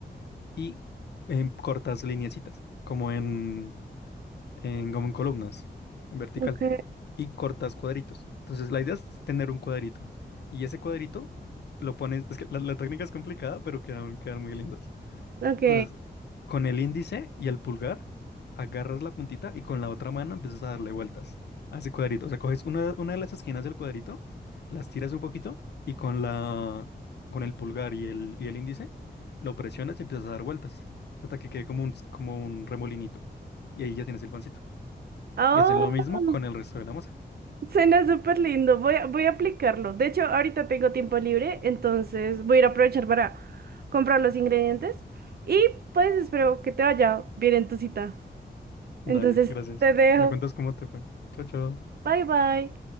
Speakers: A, on the left; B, on the right.
A: y em, cortas lineecitas, como en en, como en columnas, en vertical,
B: ok,
A: y cortas cuadritos. Entonces la idea es tener un cuadrito. Y ese cuadrito lo pones, es que la, la técnica es complicada, pero quedan, quedan muy lindas.
B: ok.
A: Entonces, con el índice y el pulgar, agarras la puntita y con la otra mano empiezas a darle vueltas a ese cuadrito. O sea, coges una, una de las esquinas del cuadrito, las tiras un poquito y con la, con el pulgar y el, y el índice lo presionas y empiezas a dar vueltas hasta que quede como un, como un remolinito. Y ahí ya tienes el pancito.
B: Oh.
A: Y hacer lo mismo con el resto de la masa.
B: Suena súper lindo, voy a, voy a aplicarlo. De hecho, ahorita tengo tiempo libre, entonces voy a ir a aprovechar para comprar los ingredientes y pues espero que te vaya bien en tu cita.
A: Dale,
B: Entonces,
A: gracias.
B: te dejo.
A: Me cuentas cómo te fue. Chao, chao.
B: Bye bye.